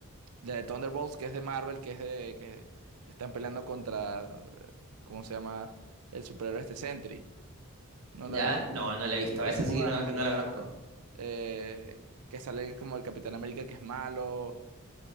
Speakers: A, on the right; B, on the right.
A: La de Thunderbolts, que es de Marvel, que es de que están peleando contra, eh, ¿cómo se llama? El superhéroe este Sentry. ¿No
B: Ya,
A: la ves?
B: no, no la he visto.
A: Es que
B: Esa
A: son como
B: sí que
A: la
B: no, no
A: que
B: la
A: es
B: conozco.
A: con, eh, que sale como el Capitán América que es malo.